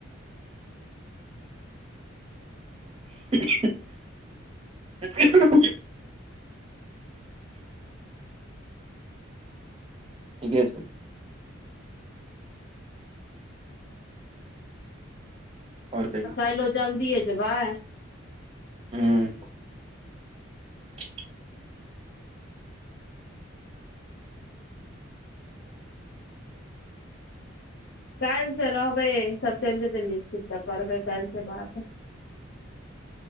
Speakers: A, on the right; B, on the left.
A: <inaudible> ठीके छै। आओर कहियौ
B: तऽ काइलो जल्दिए जेबै।
A: हुँ <inaudible>
B: काल्हि से रहबै ई सब चलि जेतै ने इसकुल तऽ करबै काल्हि से बात